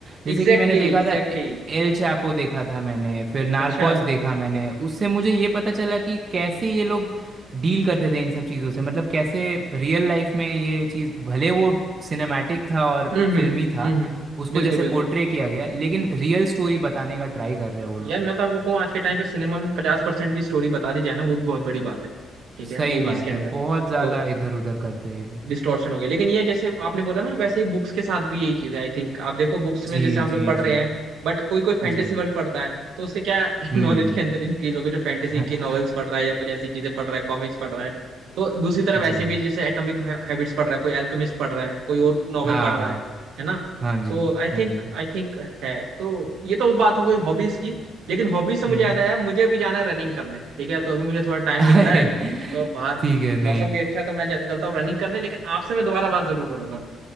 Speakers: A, on the right; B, on the right.
A: जैसे
B: एग्जैक्टली
A: कि मैंने देखा
B: एग्जैक्टली
A: था एल चैपो देखा था मैंने फिर नार्कोस
B: अच्छा
A: देखा मैंने उससे मुझे ये पता चला कि कैसे ये लोग डील करते थे इन सब चीज़ों से मतलब कैसे रियल लाइफ में ये चीज़ भले वो सिनेमैटिक था और
B: हम्म हम्म
A: फिल्मी था
B: हम्म हम्म,
A: उसको
B: बिल्कुल
A: जैसे
B: बिल्कुल
A: पोर्ट्रे किया गया लेकिन रियल स्टोरी बताने का ट्राई कर रहे हैं वो लोग
B: यार मैं तो आपको कहूँ आज के टाइम पे सिनेमा में पचास परसेंट भी स्टोरी बता दी जाए ना वो भी बहुत बड़ी बात है ठीक
A: सही
B: है मूवीज
A: बात
B: के अंदर
A: है बहुत ज़्यादा
B: जो
A: इधर उधर करते हैं ये लोग
B: डिस्टॉर्शन हो गया लेकिन ये जैसे आपने बोला ना वैसे ही बुक्स के साथ भी यही चीज है आई थिंक आप देखो बुक्स में
A: जी
B: जैसे हम
A: जी
B: लोग पढ़ रहे
A: जी
B: हैं बट कोई कोई फैंटेसी
A: जी
B: वर्ल्ड पढ़ता है तो उससे क्या <laughs>
A: हम्म
B: नॉलेज के अंदर इंक्रीज होगा जो फैंटेसी
A: <laughs>
B: की नॉवेल्स पढ़ रहा है या कुछ ऐसी चीजें पढ़ रहा है कॉमिक्स पढ़ रहा है तो दूसरी तरफ
A: जी
B: ऐसे भी जैसे एटॉमिक हैबिट्स पढ़ रहा है कोई एल्केमिस्ट पढ़ रहा है कोई और नॉवेल
A: हाँ
B: पढ़ रहा
A: हाँ
B: है है ना
A: हाँ जी
B: तो आई
A: हाँ
B: थिंक
A: जी
B: आई थिंक है तो ये तो बात हो गई हॉबीज की लेकिन हॉबीज से मुझे
A: हम्म
B: याद आया मुझे अभी जाना है रनिंग करने ठीक है तो अभी मुझे थोड़ा
A: <laughs>
B: टाइम
A: अरे
B: निकला है तो बाहर
A: ठीक है नहीं
B: मौसम भी अच्छा है तो मैं चल- चलता हूँ रनिंग करने लेकिन आपसे मैं दोबारा बात जरूर करूंगा